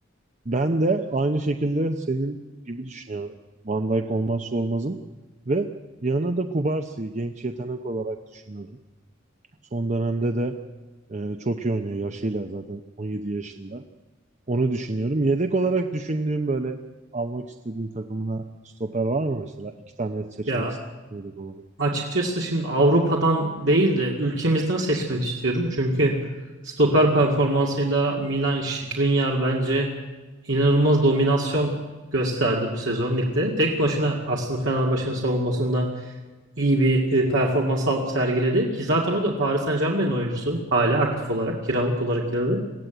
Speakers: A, on the right; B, on the right.
A: Ben de aynı şekilde senin gibi düşünüyorum. Van Dijk olmazsa olmazım. Ve yanına da Kubarsi'yi genç yetenek olarak düşünüyorum. Son dönemde de e, çok iyi oynuyor yaşıyla zaten 17 yaşında. Onu düşünüyorum. Yedek olarak düşündüğüm böyle almak istediğin takımına stoper var mı mesela? İki tane seçmek
B: Ya
A: istediğin yedek olarak.
B: Açıkçası şimdi Avrupa'dan değil de ülkemizden seçmek istiyorum. Çünkü stoper performansıyla Milan Skriniar bence inanılmaz dominasyon gösterdi bu sezon ligde. Tek başına aslında Fenerbahçe'nin savunmasında iyi bir e, performans al- sergiledi ki zaten o da Paris Saint-Germain'in oyuncusu hala aktif olarak kiralık olarak geldi.